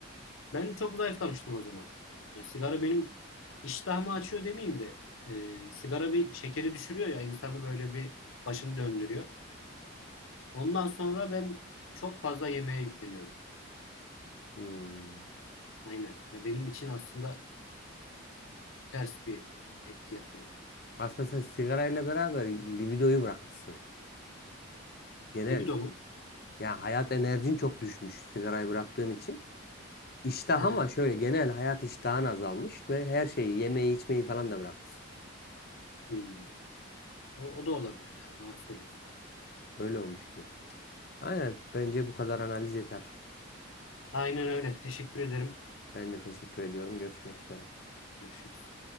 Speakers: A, on the left; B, on the left.
A: Ben çok zayıflamıştım o zaman. Ya sigara benim iştahımı açıyor demeyeyim de e, sigara bir şekeri düşürüyor ya insanı böyle bir başını döndürüyor. Ondan sonra ben çok fazla yemeğe yükleniyorum.
B: Hmm.
A: Aynen. Ya benim için aslında ters bir etki yapıyor.
B: Aslında sen sigarayla beraber libidoyu bırakmışsın. Genel
A: Libido mu?
B: Ya hayat enerjin çok düşmüş sigarayı bıraktığın için. İştah
A: Hı hı.
B: ama şöyle genel hayat iştahın azalmış ve her şeyi yemeği içmeyi falan da bırakmışsın.
A: Hmm. O, o da olabilir ya. Doğru söylüyorsun.
B: Öyle olmuş gibi. Aynen bence bu kadar analiz yeter.
A: Aynen öyle. Teşekkür ederim.
B: Ben de teşekkür ediyorum. Görüşmek üzere.
A: Görüşürüz.